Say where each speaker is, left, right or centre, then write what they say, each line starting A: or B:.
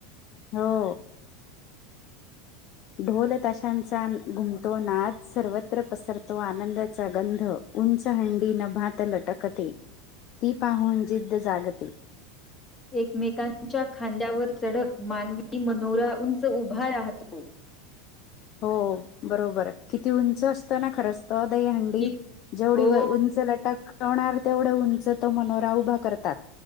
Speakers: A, on the left; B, on the left.
A: हो. ढोल ताशांचा घुमतो नाद, सर्वत्र पसरतो आनंदाचा गंध. उंच हंडी नभात लटकते, ती पाहून जिद्द जागते.
B: एकमेकांच्या खांद्यावर चढत मानवी मनोरा उंच उभा राहतो.
A: हो बरोबर किती उंच अस तो ना खरंच तो दहीहंडी
B: कि
A: जेवढी
B: हो
A: उंच लटक वणार तेवढा उंच तो मनोरा उभा करतात.